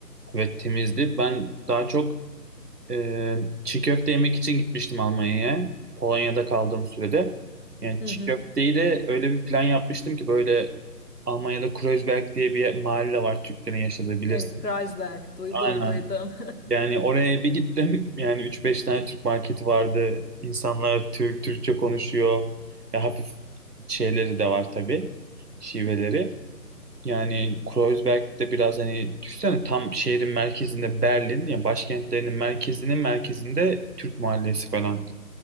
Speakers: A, on the right (about 70°); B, on the left (about 80°).
A: Ve temizdi. Ben daha çok Ee, çiğ köfte yemek için gitmiştim Almanya'ya. Polonya'da kaldığım sürede. Yani
B: Hı
A: çiğ
B: hı.
A: köfteyi de öyle bir plan yapmıştım ki böyle Almanya'da Kreuzberg diye bir yer- mahalle var Türklerin yaşadığı bilirsin.
B: Evet, Kreuzberg. Duydum,
A: Aynen.
B: duydum.
A: Yani oraya bir gittim. Yani üç beş tane Türk marketi vardı. İnsanlar Türk, Türkçe konuşuyor. Ya hafif şeyleri de var tabii. Şiveleri. Yani Kreuzberg'de biraz hani düşünsene tam şehrin merkezinde Berlin ya başkentlerinin merkezinin merkezinde Türk mahallesi falan.